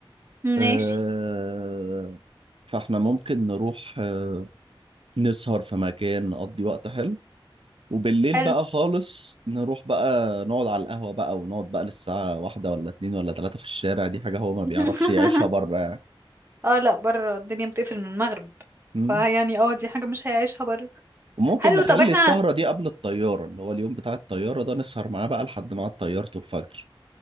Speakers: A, on the right (about 25°); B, on the right (about 70°).
A: ماشي
B: آه فاحنا ممكن نروح آه، نسهر في مكان نقضي وقت حلو وبالليل
A: حلو
B: بقى خالص نروح بقى نقعد على القهوة بقى ونقعد بقى للساعة واحدة ولا اتنين ولا تلاتة في الشارع دي حاجة هو ما
A: <laughs>
B: بيعرفش يعيشها بره يعني
A: اه لا بره الدنيا بتقفل من المغرب
B: مم.
A: فيعني اه دي حاجة مش هيعيشها بره
B: وممكن
A: حلو
B: نخلي
A: طب احنا
B: السهرة دي قبل الطيارة اللي هو اليوم بتاع الطيارة ده نسهر معاه بقى لحد ما عاد طيارته الفجر